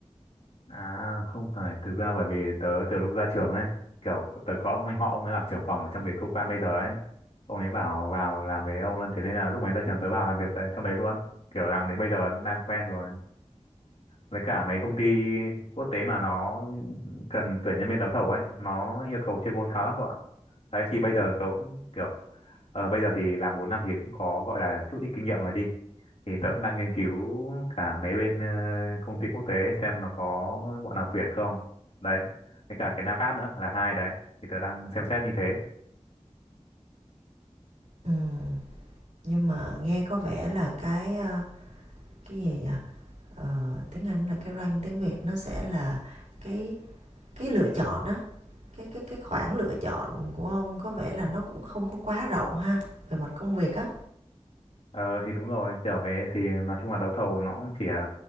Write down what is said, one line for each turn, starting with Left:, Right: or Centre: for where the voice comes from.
Left: à không phải thực ra bởi vì tớ từ lúc ra trường ấy kiểu tớ có ông anh họ ông ấy làm trưởng phòng ở trong cái cơ quan bây giờ ấy ông ấy bảo vào làm với ông luôn thế nên là lúc ấy ra trường tớ vào làm việc tại trong đấy luôn kiểu làm đến bây giờ đang quen rồi với cả mấy công ty quốc tế mà nó cần tuyển nhân viên đấu thầu ấy nó yêu cầu chuyên môn cao lắm các bạn đấy thì bây giờ tớ cũng kiểu ờ, bây giờ thì làm 4 năm thì cũng có gọi là chút ít kinh nghiệm rồi đi thì tớ cũng đang nghiên cứu cả mấy bên ờ, công ty quốc tế xem nó có bọn nào tuyển không đấy với cả cái NAPAT nữa là hai đấy thì tớ đang xem xét như thế
Right: Ừm, Nhưng mà nghe có vẻ là cái ờ, cái gì vậy ờ, tiếng Anh là cái range tiếng Việt nó sẽ là cái cái lựa chọn á cái cái cái khoảng lựa chọn của ông có vẻ là nó cũng không có quá rộng ha về mặt công việc á
Left: ờ thì đúng rồi kiểu cái thì nói chung là đấu thầu nó cũng chỉ